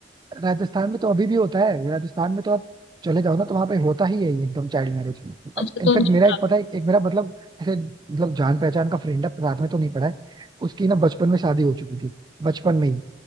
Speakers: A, on the right; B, on the left.
A: राजस्थान में तो अभी भी होता है राजस्थान में तो आप चले जाओ ना तो वहां पे होता ही है ये एकदम चाइल्ड मैरिज अब
B: अच्छा
A: इनफेक्ट
B: तो उनकी
A: मेरा एक पता है एक मेरा मतलब ऐसे मतलब जान पहचान का फ्रेंड है साथ में तो नहीं पड़ा है उसकी ना बचपन में शादी हो चुकी थी बचपन में ही